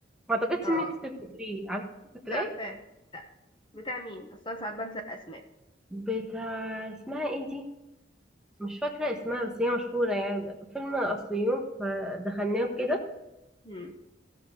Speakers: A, in the centre; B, on the left.
A: ما اعتقدش
B: اه
A: انك تفتكريه عارفه فاكراه
B: مش عارفاه لا بتاع مين اصلا ساعات بنسى الاسماء
A: بتاع اسمها ايه دي مش فاكرة اسمها بس هي مشهورة يعني فيلم الأصليون فدخلناه كده
B: امم